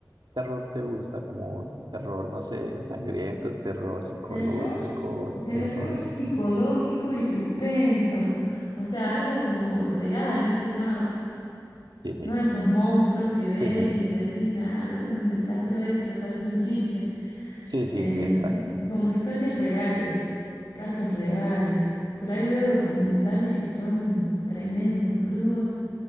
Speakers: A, on the right; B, on the left.
A: terror te gusta? Como terror, no sé, sangriento, terror psicológico,
B: Terror, terror
A: terror en...
B: psicológico y suspenso. O sea, algo como real, ¿viste? No,
A: Sí, sí,
B: no esos monstruos que ves
A: sí, sí,
B: y decís, nada, ¿de dónde salió eso? Parece un chiste.
A: sí, sí,
B: eh,
A: sí, exacto.
B: como historias reales, casos reales. Por ahí veo documentales que son tremendos, crudos,